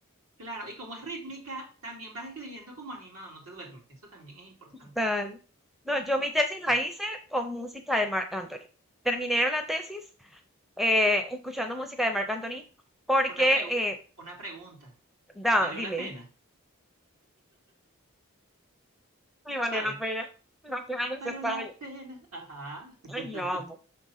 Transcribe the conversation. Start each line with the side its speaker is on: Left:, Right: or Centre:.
Right: Claro, y como es rítmica, también vas escribiendo como animado, no te duermes. Eso también es importante.
Centre: Total. No, yo mi tesis
Right: Sí.
Centre: la hice con música de Marc Anthony. Terminé la tesis eh, escuchando música de Marc Anthony porque,
Right: Una pregu-
Centre: eh,
Right: una pregunta.
Centre: da,
Right: ¿Valió
Centre: dime.
Right: la pena?
Centre: Sí, valió
Right: ¿Sabes?
Centre: la pena. No que era necesario.
Right: ¿Valió la pena? Ajá. <laughs>
Centre: Ay, yo amo.